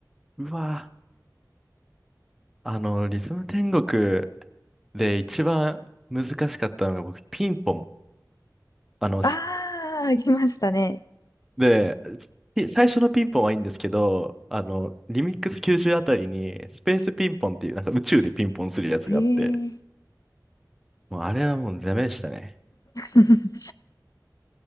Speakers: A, in the centre; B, on the left.
A: うわー。あの、リズム天国で一番難しかったのが僕、ピンポン。あの、
B: あ
A: す
B: あ。<laughs> 行きましたね。
A: で、ピ最初のピンポンはいいんですけど、あの、リミックス90あたりに、スペースピンポンっていう、なんか宇宙でピンポンするやつがあって、
B: へえ。
A: もうあれはもうダメでしたね。
B: <laughs>